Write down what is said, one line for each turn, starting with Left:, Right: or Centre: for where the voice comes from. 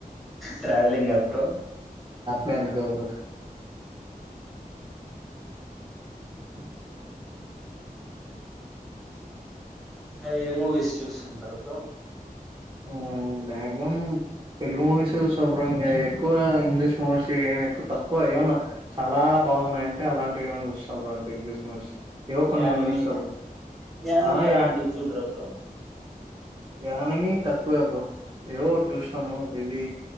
Centre: ట్రావెలింగ్ కదా బ్రో.
Right: లేనుగా బ్రో. <unintelligible>
Centre: <inaudible> ఇంకా ఏ మూవీస్ చూస్తుంటారు బ్రో.
Right: హు మ్యాక్సిమం తెలుగు మూవీస్ చూస్తా బ్రో ఇంకా ఎక్కువ ఇంగ్లీష్ మూవీస్ ఏమి ఎక్కువ తక్కువ ఏమన్నా చాలా బాగున్నాయింటే అలాంటివి ఏమనా చూస్తా బ్రో అంతే మూవీస్ ఏవో కొన్ని
Centre: యానిమి
Right: కొన్ని చూస్తా బ్రో
Centre: యానిమి
Right: ఆ
Centre: అలాంటివి
Right: యా
Centre: చూడరా బ్రో.
Right: యానిమి. తక్కువే బ్రో ఎవో చూసాను ఇది